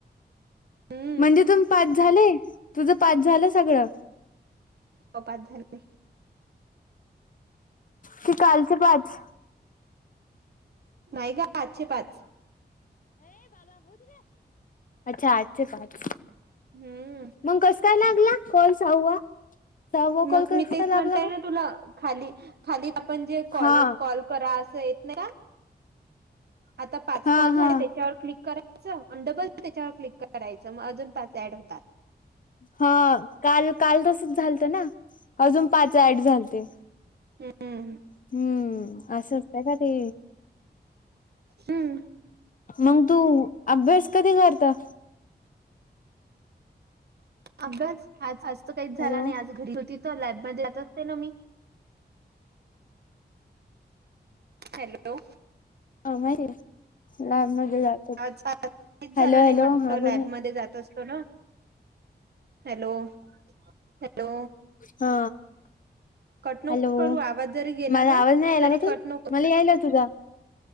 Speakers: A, on the right; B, on the left.
A: हम्म.
B: म्हणजे तुम् पाच झाले तुझं पाच झालं सगळं.
A: कपात झाली.
B: कि कालचे पाच.
A: नाही गं आजचे पाच.
B: अच्छा आजचे पाच.
A: हम्म.
B: मग कस काय लागला कॉल सहावा. सहावा
A: मग
B: कॉल कस
A: मी तेच
B: काय लागला
A: म्हणताय
B: मग
A: ना तुला. खाली खाली आपण जे कॉल
B: हा
A: कॉल करा असं येत ना का? आता पाच
B: हा
A: कॉल
B: हा
A: झाले त्याच्यावर क्लिक करा डबल त्याच्यावर क्लिक करायचं मग अजून पाच ऍड होतात.
B: हा काल काल तसच झालत ना अजून पाच अँड झालते.
A: हम्म.
B: हम्म असं असतंय का ते.
A: हम्म.
B: मग तू अभ्यास कधी करता.
A: अभ्यास आज आज तर काहीच झाला
B: हॅलो
A: नाही आज घरी होती. त लॅबमध्ये जात असते ना मी. हॅलो.
B: <unintelligible>
A: च झालं
B: हॅलो
A: नाही
B: हॅलो
A: म्हटलं
B: हा
A: लॅब
B: बोल
A: मध्ये जात असतो ना. हॅलो. हॅलो
B: हा.
A: कटनोक
B: हॅलो
A: करू आवाज जरी गेला
B: माझा
A: ना
B: आवाज नाही यायला
A: तरी
B: का तू
A: कटनोक
B: मला यायला तुझा.